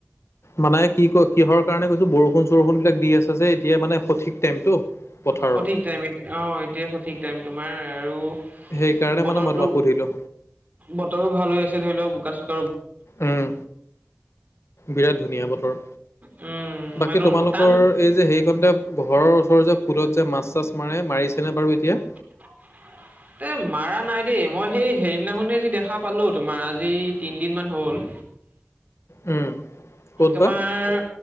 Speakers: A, on the left; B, on the right.
A: মানে কি, ক কিহৰ কাৰণে কৈছোঁ বৰষুণ চৰষুণ বিলাক দি আছে যে এতিয়ায় মানে সঠিক টাইমতটো পথাৰৰ
B: সঠিক টাইম অ', এতিয়া সঠিক টাইম তোমাৰ আৰু
A: সেইকাৰণে
B: বতৰটো
A: মানে মই তোমাক সুধিলো
B: বতৰো ভাল হৈ আছে ধৰি লওক বোকা চোক
A: উম বিৰাট ধুনীয়া বতৰ।
B: উম।
A: বাকী
B: মানুহ
A: তোমালোকৰ
B: টান
A: এই যে হেৰিকণ যে ঘৰৰ ওচৰৰ যে ফুলত যে মাছ চাছ মাৰে মাৰিছেনে বাৰু এতিয়া।
B: <inaudible> এ মাৰা নাই দেই মই সেই হেইৰিদিনাখনে যি দেখা পালো তোমাৰ আজি তিনদিনমান হ'ল
A: উম। ক'ত
B: তোমাৰ
A: বা